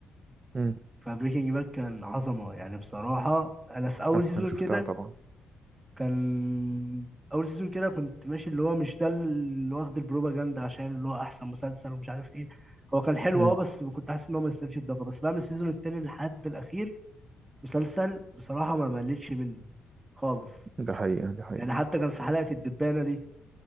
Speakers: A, on the right; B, on the right.
A: مم.
B: فبريكنج باد كان عظمه يعني بصراحه انا في اول
A: احسن
B: سيزون
A: حاجة شفتها
B: كده
A: طبعا
B: كان اول سيزون كده كنت ماشي اللي هو مش ده اللي واخد البروباجندا عشان اللي هو احسن مسلسل ومش عارف ايه هو كان حلو
A: مم.
B: اه بس كنت حاسس ان هو ما يستاهلش الضجه بس بقى من السيزون التاني لحد الاخير مسلسل بصراحة ما مليتش منه خالص
A: ده حقيقة ده حقيقة
B: يعني حتى كان في حلقة الدبانة دي